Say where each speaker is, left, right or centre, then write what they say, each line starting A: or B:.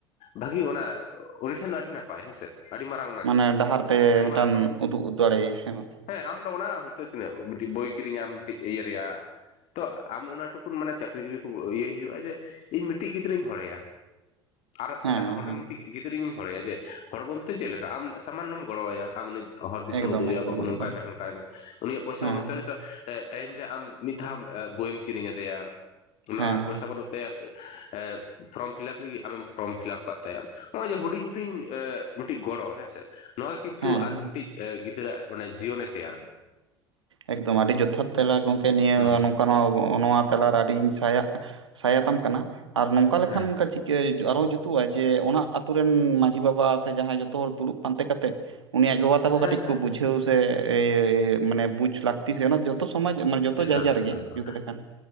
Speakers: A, on the left (about 50°); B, on the right (about 80°).
A: ᱵᱷᱟᱹᱜᱤ ᱚᱱᱟ ᱩᱱᱤ ᱴᱷᱮᱱ ᱫᱚ ᱟᱹᱰᱤ ᱱᱟᱯᱟᱭ ᱦᱮᱸᱥᱮ ᱟᱹᱰᱤ ᱢᱟᱨᱟᱝ ᱚᱱᱟᱜᱮ
B: ᱢᱟᱱᱮ ᱰᱟᱦᱟᱨ ᱛᱮ
A: ᱟᱹᱰᱤ
B: ᱢᱤᱫᱴᱟᱹᱝ
A: ᱢᱟᱨᱟᱝ ᱜᱚᱲᱚ
B: ᱩᱫᱩᱜ ᱫᱟᱲᱮᱭᱟᱭ ᱦᱮᱸ ᱵᱟᱝ
A: ᱦᱮᱸ ᱟᱢ ᱫᱚ ᱚᱱᱟ ᱦᱚᱭᱛᱳ ᱛᱤᱱᱟᱹᱜ ᱢᱤᱫᱴᱤᱡ ᱵᱳᱭ ᱠᱤᱨᱤᱧᱟᱢ ᱢᱤᱫᱴᱤᱡ ᱤᱭᱟᱹ ᱨᱮᱭᱟᱜ ᱛᱚ ᱟᱢ ᱚᱱᱟ ᱴᱩᱠᱩᱱ ᱢᱟᱱᱮ ᱪᱟᱹᱠᱨᱤ ᱡᱤᱣᱤ ᱠᱚ ᱤᱭᱟᱹᱭ ᱦᱩᱭᱩᱜᱼᱟ ᱡᱮ ᱤᱧ ᱢᱤᱫᱴᱤᱡ ᱜᱤᱫᱽᱨᱟᱹᱧ ᱦᱚᱲᱮᱭᱟ <inaudible> ᱟᱨ
B: ᱦᱮᱸ
A: ᱮᱴᱟᱜ ᱦᱚᱲ ᱨᱮᱱ
B: ᱦᱮᱸ
A: ᱢᱤᱫᱴᱤᱡ ᱜᱤᱫᱽᱨᱟᱹᱧ ᱦᱚᱲᱮᱭᱟ ᱡᱮ ᱦᱚᱲ ᱵᱚᱞᱛᱮ ᱪᱮᱫ ᱞᱮᱠᱟ ᱟᱢ ᱥᱟᱢᱟᱱᱚᱢ ᱜᱚᱲᱚᱭᱟ ᱟᱢ ᱩᱱᱤ ᱦᱚᱨ ᱫᱤᱥᱟᱹᱢ
B: ᱮᱠᱫᱚᱢ
A: ᱩᱫᱩᱜ ᱟᱭᱟ
B: ᱮᱠᱫᱚᱢ
A: ᱵᱟᱹᱵᱩ ᱱᱚᱝᱠᱟᱭ
B: ᱮᱠᱫᱚᱢ
A: ᱢᱮ ᱦᱟᱱᱠᱟᱭ ᱢᱮ ᱩᱱᱤᱭᱟᱜ ᱯᱚᱭᱥᱟ
B: ᱦᱮᱸ
A: ᱵᱟᱹᱱᱩᱜ ᱛᱮ ᱦᱚᱭᱛᱚ ᱮᱻ ᱴᱟᱭᱤᱢ ᱨᱮ ᱟᱢ ᱢᱤᱫ ᱫᱷᱟᱣ ᱵᱳᱭᱮᱢ ᱠᱤᱨᱤᱧ ᱟᱫᱮᱭᱟ ᱚᱱᱟ
B: ᱦᱮᱸ
A: ᱯᱚᱭᱥᱟ ᱵᱟᱹᱱᱩᱜ ᱛᱟᱭᱟ ᱮ ᱮ ᱯᱷᱨᱚᱢ ᱯᱷᱤᱞᱟᱯ ᱞᱟᱹᱜᱤᱫ ᱟᱢᱮᱢ ᱯᱷᱨᱚᱢ ᱯᱷᱤᱞᱟᱯ ᱠᱟᱜ ᱛᱟᱭᱟ ᱱᱚᱜᱼᱚᱭ ᱡᱮ ᱦᱩᱰᱤᱧ ᱦᱩᱰᱼᱼ ᱤᱧ ᱮ ᱢᱤᱫᱴᱤᱡ ᱜᱚᱲᱚ ᱦᱮᱸᱥᱮ ᱱᱚᱣᱟ ᱠᱤᱱᱛᱩ
B: ᱦᱮᱸ
A: ᱟᱨ
B: ᱦᱮᱸ
A: ᱢᱤᱫᱴᱤᱡ ᱮ ᱜᱤᱫᱽᱨᱟᱹᱣᱟᱜ ᱢᱟᱱᱮ ᱡᱤᱭᱚᱱᱮ ᱯᱷᱮᱭᱟᱨᱟ।
B: ᱮᱠᱫᱚᱢ ᱟᱹᱰᱤ ᱡᱚᱛᱷᱟᱛ ᱛᱮᱞᱟ ᱜᱚᱢᱠᱮ ᱱᱤᱭᱟᱹ
A: ᱦᱩᱸ
B: ᱱᱚᱝᱠᱟᱱᱟᱜ ᱱᱚᱣᱟ ᱛᱟᱞᱟ ᱨᱮ ᱟᱹᱰᱤᱧ ᱥᱟᱭᱟᱜ ᱥᱟᱭᱟᱛᱟᱢ ᱠᱟᱱᱟ ᱟᱨ ᱱᱚᱝᱠᱟ ᱞᱮᱠᱷᱟᱱ
A: ᱦᱮᱸ
B: ᱠᱟᱹᱪᱤ ᱡᱮ ᱟᱨᱦᱚᱸ ᱡᱩᱛᱩᱜᱼᱟ ᱡᱮ ᱚᱱᱟ ᱟᱛᱩ ᱨᱮᱱ ᱢᱟᱺᱡᱷᱤ ᱵᱟᱵᱟ ᱥᱮ ᱡᱟᱦᱟᱸᱭ ᱡᱚᱛᱚ ᱦᱚᱲ ᱫᱩᱲᱩᱵ ᱯᱟᱱᱛᱮ ᱠᱟᱛᱮᱜ ᱩᱱᱤ ᱟᱡ ᱵᱟᱵᱟ ᱛᱟᱠᱚ
A: ᱦᱮᱸ
B: ᱠᱟᱹᱴᱤᱡ
A: ᱦᱮᱸ
B: ᱠᱚ ᱵᱩᱡᱷᱟᱹᱣ ᱥᱮ ᱤᱭᱟᱹ ᱢᱟᱱᱮ ᱵᱩᱡ ᱞᱟᱹᱠᱛᱤ ᱥᱮ ᱚᱱᱟ ᱡᱚᱛᱚ ᱥᱚᱢᱟᱡᱽ ᱢᱟᱱᱮ ᱡᱚᱛᱚ
A: ᱮᱠᱟᱞ
B: ᱡᱟᱭᱜᱟ
A: ᱮᱠᱟᱞ
B: ᱨᱮᱜᱮ
A: ᱮᱠᱟᱞ
B: ᱡᱩᱛ ᱞᱮᱠᱷᱟᱱ